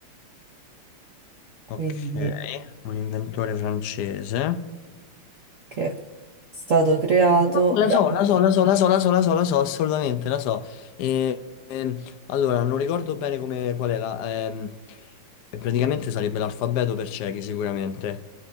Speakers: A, on the right; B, on the left.
A: Quindi,
B: Ok, un inventore francese.
A: che è stato creato
B: La
A: da...
B: so, la so, la so, la so, la so, la so, la so, assolutamente, la so. E, ehm, allora, non ricordo bene come, qual è la... ehm, praticamente sarebbe l'alfabeto per ciechi, sicuramente.